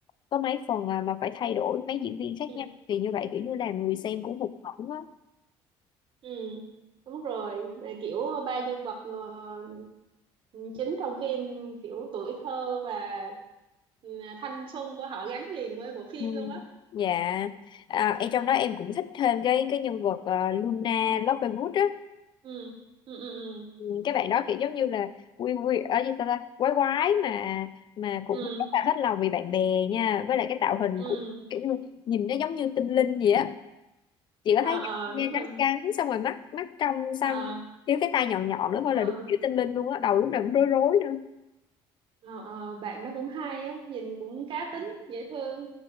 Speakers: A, on the left (about 45°); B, on the right (about 50°).
A: có mấy phần à, mà phải thay đổi mấy diễn viên khác
B: ừ
A: nhau thì như vậy kiểu như làm người xem cũng hụt hẫng á
B: Ừ, đúng rồi. Mà kiểu ba nhân vật ờ, chính trong phim kiểu tuổi thơ và ừ, thanh xuân của họ gắn liền với bộ phim
A: ừ.
B: luôn á.
A: dạ à, em trong đó em cũng thích thêm cái cái nhân vật ờ, Luna Lovegood á
B: Ừ, ừ, ừ, ừ,
A: Ừ, cái bạn đó kiểu giống như là quy quy ở gì ta, ta quái quái mà mà cũng
B: ừ,
A: rất là hết lòng vì bạn bè nha với lại cái tạo hình
B: ừ.
A: cũng kiểu như nhìn nó giống như tinh linh vậy á chị có
B: Ờ,
A: thấy
B: ờ,
A: nghe
B: ờ, đúng rồi.
A: trắng trắng xong rồi mắt mắt trong xăm
B: Ờ,
A: thiếu cái tai nhọn nhọn nữa thôi
B: ờ,
A: là đúng kiểu tinh linh luôn á đầu lúc nào cũng rối rối nữa
B: ờ, ờ, bạn đó cũng hay á, nhìn cũng cá tính, dễ thương.